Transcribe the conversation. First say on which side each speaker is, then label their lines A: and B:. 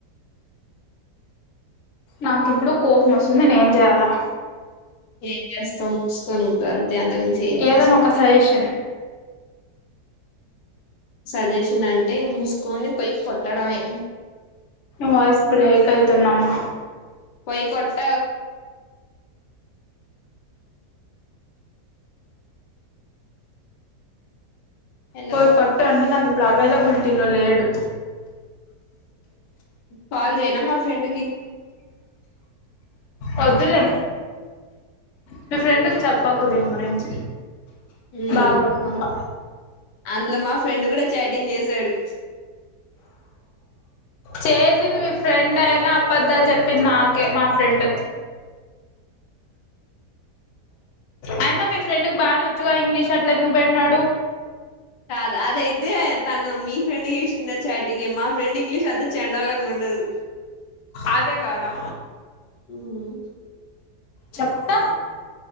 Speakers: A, on the left (about 55°); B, on the left (about 80°).
A: నాకు ఇప్పుడు కోపం వస్తుంది నే ఏం చెయాలా
B: స చేస్తాం ముసుకొని ఉంటా అంతే అంతక చేయండి
A: ఏదైనా ఒక సజెషన్
B: సజేషన్ అంటే మూసుకొని పైకి కొట్టడమే
A: వయిస్ బ్రేక్ అయితుది అమ్మ
B: పోయి కొట్ట హలో
A: పోయి ఫట్ అంటే నాకి అవైలబిలిటీలో లేడు
B: కాల్ జేయనా మా ఫ్రెండ్కిి
A: వద్దులే మీ ఫ్రెండ్కి చెప్పాకు దీని గురించి
B: ఉమ్
A: బాగున్నాా
B: అందులో మా ఫ్రెండ్ గూడా చాటింగ్ చేసాడు
A: చేసింది మీ ఫ్రెండ్ అయినా అపద్దాలు చెప్పింది నాకే మా ఫ్రెండ్ అయినా మీ ఫ్రెండ్ క బాగానే వచ్చుగా ఇంగ్లీష్ అట్ల ఎందుకు పెట్టినాడు
B: కాదు అదైతే తను మీ ఫ్రెండ్ చేసిందా చాటింగ మా ఫ్రెండ్ ఇంగ్లీష్ అంత చెండాలంగా ఉండదు
A: అదే గదా
B: హ్మ్
A: చెప్తా